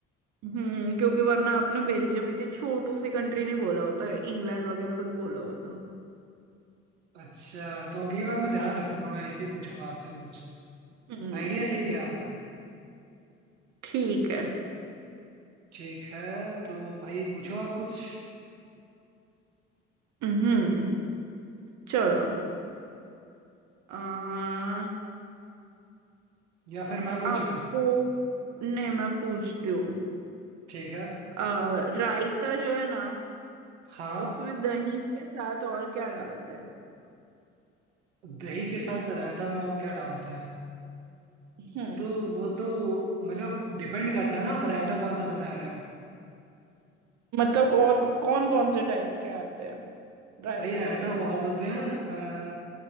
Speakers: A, on the right (about 60°); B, on the right (about 85°).
A: हम्म क्योंकि वरना आपने बेल्जियम इतनी छोटू सी कंट्री नहीं बोला होता इंग्लैंड वगैरह कुछ बोला होता
B: अच्छा तो अगली बार मैं ध्यान रखूंगा मैं ऐसे ही पूछूंगा आपसे कुछ
A: हम्म
B: आइडिया सही दिया आपने
A: ठीक है
B: ठीक है तो भाई पूछो आप कुछ
A: हम्म चलो आ,
B: या फिर मैं पूछूं
A: आपको नहीं मैं पूछती हूँ
B: ठीक है
A: आ, रायता जो है ना
B: हाँ
A: उसमें दही के साथ और क्या डालते हैं
B: दही के साथ रायता में और क्या डालते हैं
A: हम्म
B: तो वो तो मतलब डिपेंड करता है ना आप रायता कौन सा बना रहे हो
A: मतलब और कौन कौन से टाइप के आते हैं रायता
B: भाई रायता बहुत होते हैं अ,